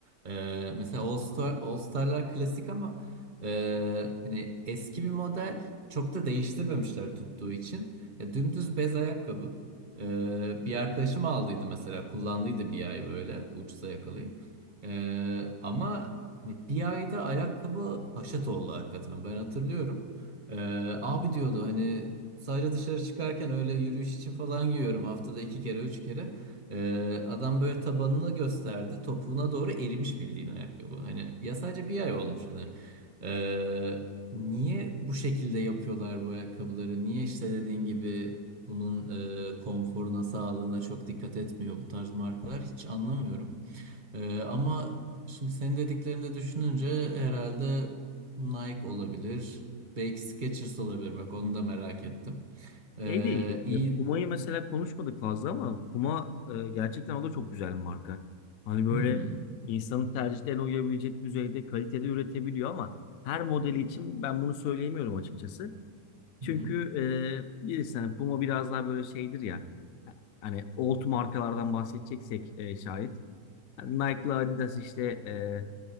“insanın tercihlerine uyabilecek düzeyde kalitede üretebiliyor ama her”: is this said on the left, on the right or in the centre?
Left